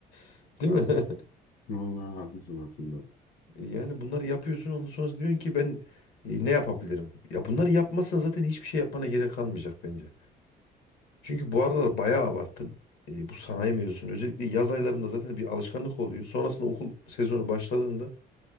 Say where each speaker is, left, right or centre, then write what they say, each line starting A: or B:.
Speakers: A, on the left; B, on the left.
A: <laughs> Değil mi? <laughs>
B: <laughs> Vallahi haklısın aslında.
A: E yani bunları yapıyorsun ondan sonra diyorsun ki ben e, ne yapabilirim? Ya bunları yapmazsan zaten hiçbir şey yapmana gerek kalmayacak bence. Çünkü bu aralar bayağı abarttın. E, bu sanayi mevzusunu. Özellikle yaz aylarında zaten bir alışkanlık oluyor. Sonrasında okul sezonu başladığında